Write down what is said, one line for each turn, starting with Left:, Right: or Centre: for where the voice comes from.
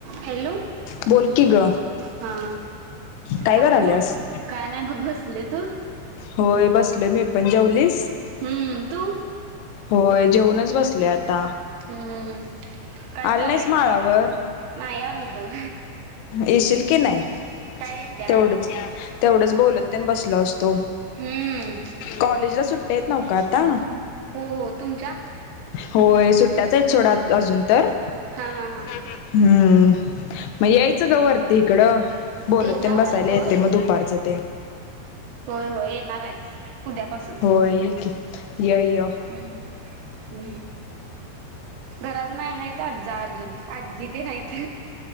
Right: Hello
Left: बोल की ग
Right: हा
Left: काय
Right: अ
Left: करायल्यास
Right: काय नाही बघ बसली. तु?
Left: होय बसलोय मी पण. जेवलीस?
Right: हम्म तू
Left: होय जेवूनच बसले आता
Right: हम्म् काय
Left: आली
Right: चालूय
Left: नाहीस माळावर
Right: नाही आल बघ.
Left: येशील की नाही
Right: काय येत्या
Left: तेवढच तेवढंच बोलत तेन बसलो असत
Right: हम्म
Left: कॉलेजला सुट्टी आहेत नवका आता
Right: हो हो तुमच्या
Left: होय सुट्ट्याच आहेत सोडा अजून तर
Right: हा हा हा
Left: हम्म मग यायचं ग वरती इकडं बोलत
Right: येणार
Left: तेन बसायला
Right: आहे सोड
Left: येते मग दुपारचं ते
Right: होय होय येणार हाय उद्यापासून
Left: होय इकी य यं
Right: हम्म हम् घरात नाही आहेत आज्जा अजून आज्जी तेन हाईत.